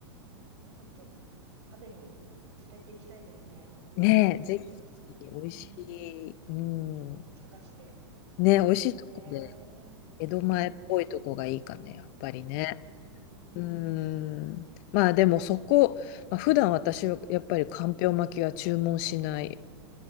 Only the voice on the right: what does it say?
ちょっと食べに連れて行きたいですね。なんか上京したときうん。
とこ探して。
ええうんう
ええ